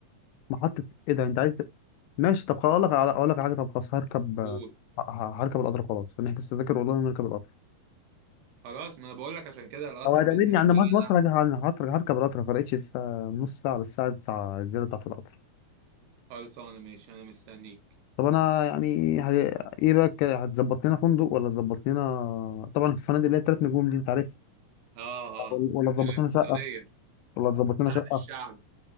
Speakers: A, on the left; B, on the right.
A: محطه ايه ده انت عايز ت- ماشي طب خلاص اقول لك على اقول لك على حاجه طب خلاص هركب ه-
B: قول
A: ه- هركب القطر خلاص نحجز تذاكر اونلاين ونركب القطر
B: خلاص ما انا بقول لك عشان كده القطر
A: او هتقابلني
B: <laughs> بالنسبه
A: عند محطه
B: لي
A: مصر
B: انا
A: هاجي- هتر- هركب القطر ما فرقتش الساعه نص ساعه للساعه 9 الزياده بتاعت القطر
B: خلصانة ماشي أنا مستنيك
A: طب انا يعني ه- ايه بقى ك- هتظبط لنا فندق ولا تظبط لنا طبعا الفنادق اللي هي الثلاث نجوم دي انت عارف
B: آه
A: ولا
B: آه
A: ولا تظبط
B: الاقتصادية
A: لنا شقه ولا تظبط
B: بتاعت
A: لنا شقه
B: الشعب